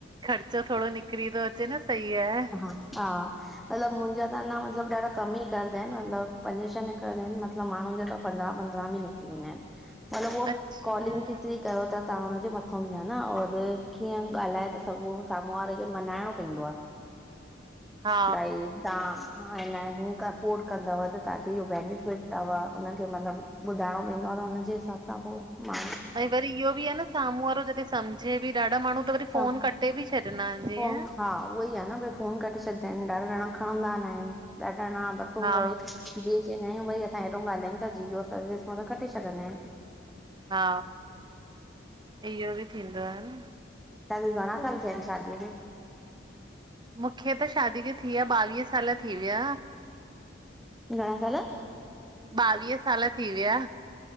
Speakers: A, on the right; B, in the centre.
A: ख़र्चो थोड़ो निकिरी तो अच्चे न सही आए।
B: हा। मतिलबु मुंहिंजा त अंञा मतिलबु ॾाढा कमु ई निरकरंदा आहिन मतिलबु पंज छह निकिरंदा आहिन मतिलबु माण्हुनि जा त पंद्रह पंद्रह भी निकरी वेंदा आहिन, मतलब उहो
A: अच्छा
B: कॉलिंग जेतरि कयो था त हुनजे मथां बि आ न और कीअं ॻाल्हाए था सघो साम्हूं वारे खे मंञांइणो पवंदो आ।
A: हा
B: भाईं ता <unintelligible> हा न हीअं सपोर्ट कंदव त तां खे इहो बेनिफिट थव हुनखे मतिलबु ॿुधाइणो पवंदो आ त हुनजे हिसाब सां पो माण्हू
A: ऐं वरी इहो बि आ न साम्हूं वारो जॾहिं सम्झे बि ॾाढा माण्हू त वरी
B: सभु
A: फोन कटे बि छॾंदा ईन जीअ
B: फोन हा उहो ई आ न भई फोन कटे छॾंदा आहिनि ॾाढा ॼणा खणंदा नहिनि ॾाढा ॼणा हूंदो चवंदा
A: हा
B: आहियूं भई असां हेॾो ॻाल्हायूं था जिओ सर्विस मा त कटे छॾंदा आहिनि
A: हा इहो बि थींदो आ न
B: तहां खे घणा साल थिया इन शादी खे
A: मूंखे त शादी ते थी वया ॿावीह साल थी विया
B: घणा साल
A: ॿावीह साल थी विया